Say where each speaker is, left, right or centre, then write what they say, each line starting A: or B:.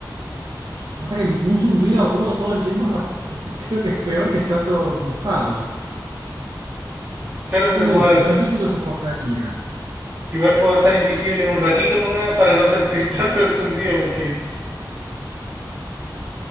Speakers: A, on the right; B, on the right.
A: Pasa que un zumbido agudo todo el tiempo es bastante... <laughs> Creo que es peor que estar todo mojado.
B: Claro,
A: Cuestión
B: pero
A: de
B: puedo
A: gustos.
B: hacer.
A: No sé si lo soportaría.
B: Igual puedo estar invisible un ratito nomás para no sentir <laughs> tanto el zumbido porque